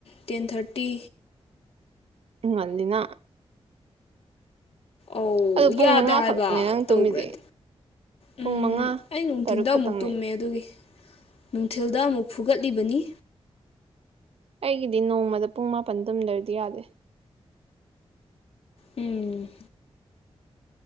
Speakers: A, on the left; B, on the right.
A: ꯇꯦꯟ ꯊꯥꯔꯇꯤ
B: ꯉꯜꯂꯤꯅ
A: ꯑꯧ
B: ꯑꯗꯨ ꯄꯨꯡ
A: ꯌꯥꯗꯦ
B: ꯃꯉꯥꯈꯛꯅꯦ
A: ꯍꯥꯏꯕ
B: ꯅꯪ
A: ꯇꯧꯈ꯭ꯔꯗꯤ
B: ꯇꯨꯝꯃꯤꯁꯦ
A: ꯎꯝ,
B: ꯄꯨꯡ ꯃꯉꯥ
A: ꯑꯩ ꯅꯨꯡꯊꯤꯟꯗ
B: ꯇꯔꯨꯛ ꯈꯛꯇꯪꯅꯤ
A: ꯑꯃꯨꯛ ꯇꯨꯝꯃꯦ ꯑꯗꯨꯒꯤ ꯅꯨꯡꯊꯤꯜꯗ ꯑꯃꯨꯛ ꯐꯨꯒꯠꯂꯤꯕꯅꯤ
B: ꯑꯩꯒꯤꯗꯤ ꯅꯣꯡꯃꯗ ꯄꯨꯡ ꯃꯥꯄꯟ ꯇꯨꯝꯗ꯭ꯔꯗꯤ ꯌꯥꯗꯦ
A: ꯎꯝ